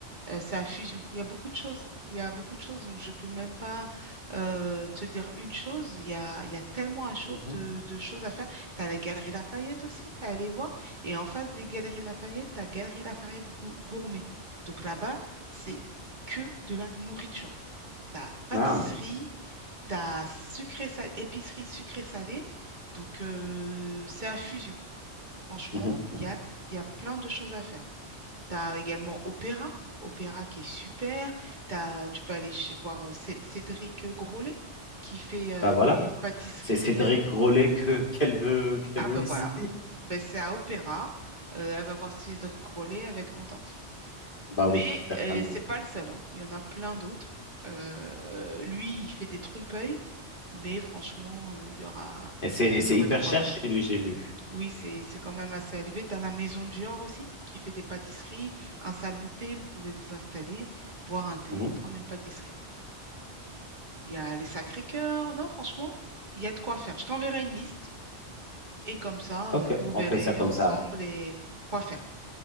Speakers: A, on the right; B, on the left.
A: Euh, c'est la fusion. Il y a beaucoup de choses. Il y a beaucoup de choses, donc je peux même pas euh, te dire une chose. Il y a, il y a tellement à cho-
B: mhm.
A: de, de choses à faire. Tu as la Galerie Lafayette aussi à aller voir. Et en face des Galeries Lafayette, tu as Galerie Lafayette gou- Gourmet. Donc là-bas, c'est que de la nourriture. T'as pâtisserie,
B: Ah,
A: t'as as sucré salé, épicerie sucré salée. Donc euh, c'est à fusion. Franchement,
B: mhm.
A: il y a, il y a plein de choses à faire. T'as également Opéra, Opéra qui est super. T'as, tu peux aller chez- voir euh, Cé- Cédric Grolet qui fait euh,
B: Bah voilà,
A: des pâtisseries.
B: c'est Cédric
A: euh.
B: Grolet que <laughs> qu'elle veut qu'elle
A: Ah
B: veut
A: ben
B: visiter.
A: voilà, ben, c'est à Opéra. Euh, elle va voir Cédric Grolet, elle va être contente.
B: Bah
A: Mais
B: oui, certainement.
A: euh, c'est pas le seul, hein. Il y en a plein d'autres. Euh, lui, il fait des trompe-l'œil, mais franchement, euh, il y aura,
B: Et c'est
A: vous
B: c'est
A: aurez
B: hyper
A: de quoi
B: cher
A: faire.
B: chez lui, j'ai vu.
A: Oui, c'est c'est quand même assez élevé. Tu as la maison Dior aussi qui fait des pâtisseries, un salon de thé, vous pouvez vous installer, boire un thé,
B: Mhm.
A: prendre une pâtisserie. Il y a les Sacré-Cœur, non, franchement, il y a de quoi faire. Je t'enverrai une liste et comme ça,
B: OK,
A: euh, vous
B: on
A: verrez
B: fait ça comme
A: ensemble
B: ça alors.
A: et quoi faire.